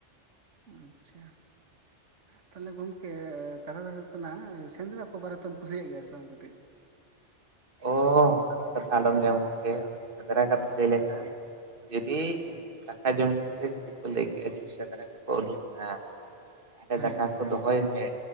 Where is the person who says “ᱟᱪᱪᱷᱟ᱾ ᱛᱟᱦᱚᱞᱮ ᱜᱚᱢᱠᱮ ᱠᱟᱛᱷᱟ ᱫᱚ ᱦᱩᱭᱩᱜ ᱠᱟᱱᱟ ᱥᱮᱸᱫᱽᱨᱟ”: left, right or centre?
Right